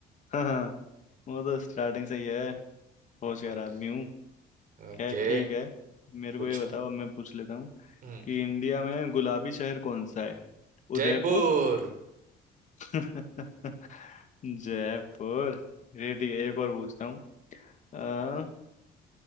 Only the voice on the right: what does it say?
Okay
okay
पूछो
हम्म
जयपुर